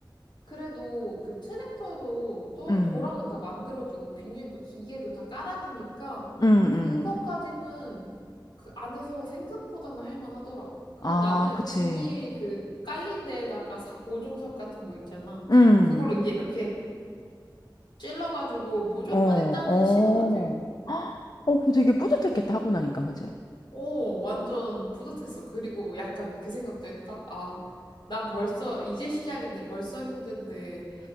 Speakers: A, on the left; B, on the left.
A: 그래도 그 트랙터로 또
B: 음,
A: 도랑은 다 만들어주고 비닐도 기계로 다 깔아주니까
B: 음,
A: 그것까지는
B: 음,
A: 그 안에서 생각보다는 할만하더라고. 그냥
B: 아,
A: 나는
B: 그치.
A: 비닐 그 깔린 데에다가 삽, 모종삽 같은 거 있잖아.
B: 음.
A: 그걸로 이제 이렇게 찔러가지고 모종만
B: 어, 어.
A: 일단은 심으면 돼.
B: 어, 그 되게 뿌듯했겠다, 하고 나니까, 그치?
A: 오, 완전 뿌듯했어. 그리고 약간 그 생각도 했다. 아, 난 벌써, 이제 시작인데 벌써 힘든데,